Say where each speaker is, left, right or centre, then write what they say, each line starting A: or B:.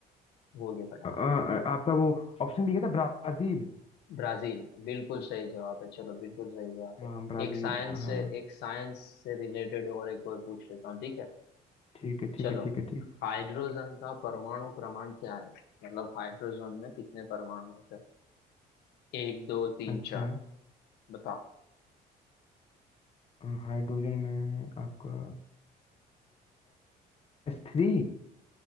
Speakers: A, on the left (about 75°); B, on the left (about 35°).
A: बोलिए फटाफट
B: अ, अ, आपका वो ऑप्शन भी क्या था ब्राजील
A: ब्राजील बिल्कुल सही जवाब है चलो बिल्कुल सही जवाब
B: हाँ
A: है
B: ब्राजील
A: एक साइंस
B: हाँ
A: से एक साइंस से रिलेटेड और एक और पूछ लेता हूँ ठीक है
B: ठीक है ठीक
A: चलो
B: है ठीक है ठीक
A: हाइड्रोजन
B: है, ठीक
A: का परमाणु क्रमांक क्या है मतलब हाइड्रोजन में कितने परमाणु होते हैं एक दो तीन
B: है। अच्छा
A: चार बताओ
B: अ, हाइड्रोजन में आपका एस थ्री